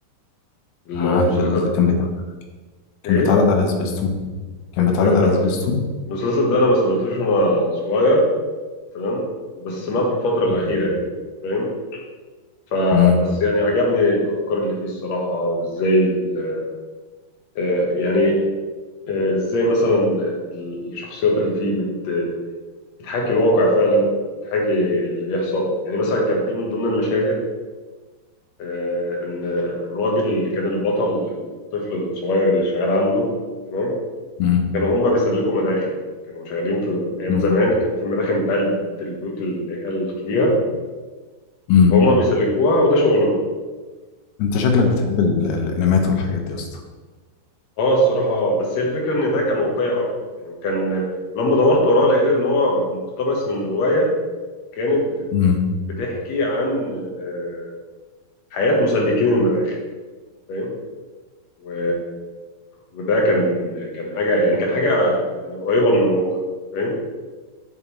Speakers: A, on the left; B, on the left.
A: المسلسل
B: عهد القصد كان بتاع كان
A: إيه؟
B: بيتعرض على سبيستون كان
A: كان
B: بيتعرض
A: بيتعرض
B: على
A: على
B: سبيستون
A: سبيستون المسلسل ده انا ما سمعتوش وانا صغير تمام بس سمعته في الفتره الاخيره
B: مم.
A: دي فاهم فبس
B: مم.
A: يعني عجبني الافكار اللي فيه الصراحه وازاي ال- آه، يعني آه، ازاي مثلا ال- الشخصيات اللي فيه بت- بتحاكي الواقع فعلا بتحاكي اللي بيحصل يعني مثلا كان في من ضمن المشاهد آه، ان الراجل اللي كان البطل الطفل الصغير اللي شغال عنده تمام
B: مم.
A: كانوا هم بيسلكوا مداخن كانوا شغالين في ايام
B: مم.
A: زمان كان في مداخن بتاع البيوت اللي هي الكبيره
B: مم.
A: فهم بيسلكوها وده شغلهم
B: انت شكلك بتحب ال- الانميات والحاجات دي يا اسطى
A: اه الصراحه بس هي الفكره ان ده كان واقعي اكتر يعني وكان لما دورت وراه لقيت ان هو مقتبس من روايه كانت بت-
B: مم.
A: بتحكي عن آه، حياه مسلكين المداخن فاهم و... وده كان كان حاجه يعني كان حاجه يعني قريبه من الواقع فاهم